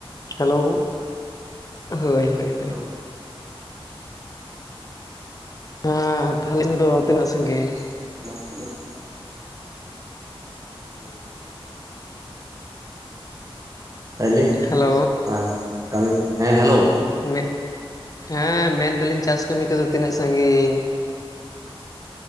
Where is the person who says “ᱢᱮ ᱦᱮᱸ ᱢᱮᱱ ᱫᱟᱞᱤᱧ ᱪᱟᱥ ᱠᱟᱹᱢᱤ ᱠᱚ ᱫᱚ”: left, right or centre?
Left